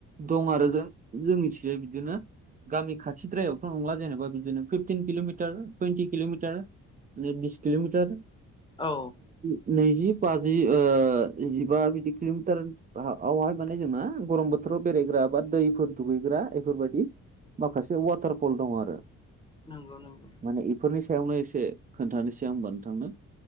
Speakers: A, on the right; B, on the left.
A: दं आरो जों जों मिथिबाय बिदि बिदिनो गामि खाथिद्रायावथ' नंला जेनेबा बिदिनो फिफटिन किल'मिटार टुइन्टि किल'मिटार म बिस किल'मिटार
B: औ
A: न नैजि बाजि ओ जिबा बिदि किल'मिटार औवहाय माने जोंना गरम बोथोर बेरायग्रा बा दै फोर दुगैग्रा बेफोरबायाददि माखासे वाटारफल दं आरो
B: नंगौ नंगौ
A: माने इफोरनि सायावनो एसे खोन्थानोसैं होनबा आं नोंथांनो